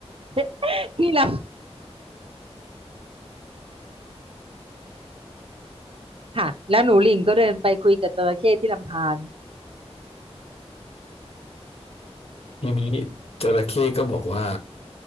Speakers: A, on the right; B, on the left.
A: <laughs> ที่ล ค่ะแล้วหนูหลิ่งก็เดินไปคุยกับจระเข้ที่ลำธาร
B: ทีนี้จระเข้ก็บอกว่า